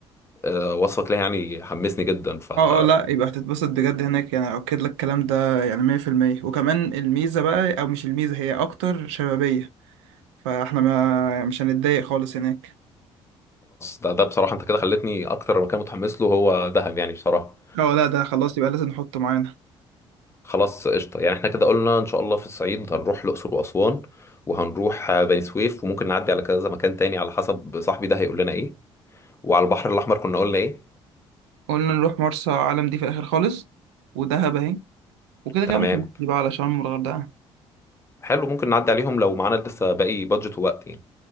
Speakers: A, on the left; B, on the right.
A: أه وصفك ليها يعني حمسني جدا فخلاص
B: اه اه لا يبقى هتتبسط بجد هناك يعني اؤكد لك الكلام ده يعني 100% وكمان الميزة بقى او مش الميزة هي اكتر شبابية فاحنا ما يعني مش هنتضايق خالص هناك
A: ده ده بصراحه انت كده خلتني اكتر مكان متحمس له هو دهب يعني بصراحه
B: اه لا ده خلاص يبقى لازم نحطه معانا
A: خلاص قشطة يعني احنا كده قلنا ان شاء الله في الصعيد هنروح الأقصر وأسوان وهنروح آه، بني سويف وممكن نعدي على كذا مكان تاني على حسب صاحبي ده هيقول لنا ايه وعلى البحر الأحمر كنا قلنا ايه
B: قلنا نروح مرسى علم دي في الاخر خالص ودهب اهي وكده كده
A: تمام
B: ممكن نحكي بقى على شرم والغردقة
A: حلو ممكن نعدي عليهم لو معانا لسه باقي بادجت ووقت يعني